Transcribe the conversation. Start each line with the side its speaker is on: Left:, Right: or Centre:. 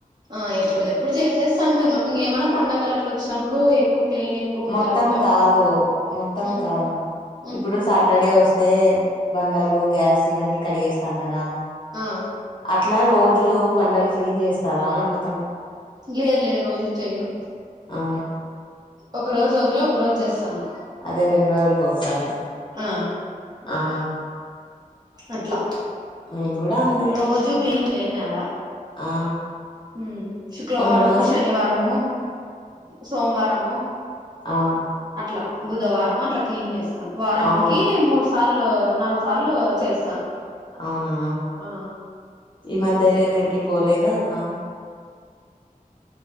Right: ఆహ్ ఎప్పు. ఇప్పుడు ఎప్పుడు చేసేస్త ఉంటాను ఇంకేమైన్నా పండుగలు అట్లు వచ్చినప్పుడు ఎక్కువ. క్లీన్ ఎక్కువ ఉంటది
Left: మొత్తం
Right: ఇంగా
Left: కాదు మొత్తం
Right: ఉమ్
Left: కాదు
Right: ఉమ్
Left: ఇప్పుడు సాటర్డే వస్త. యే బండలు గ్యాస్ ఇవన్నీ కడిగేస్త. కదా
Right: ఆ
Left: అట్లా రోజులు బండలు క్లీన్ చేస్తారా అని అడుగు.
Right: లేదు లేదు రోజు చేయను.
Left: ఆ
Right: ఒక రోజు వదిలి ఒక రోజు చేస్తాను.
Left: అదే రెండు రోజులకు ఒకసారి
Right: ఆ
Left: ఆహ్.
Right: అట్లా
Left: మేము కూడా అంతే
Right: రోజూ క్లీన్ చేయనాడ.
Left: ఆ
Right: ఉమ్ శుక్రవారము
Left: కొంతమంది
Right: శనివారము సోమవారము.
Left: ఆహ్.
Right: అట్లా బుధవారం అట్లా క్లీన్ చేస్తాను వారంకి
Left: అవును
Right: మూడు సార్లు నాలుగు సార్లు చేస్తాను.
Left: అవునా
Right: ఆ
Left: ఈ మధ్యలో ఎక్కడికి పోలేదా అక్క.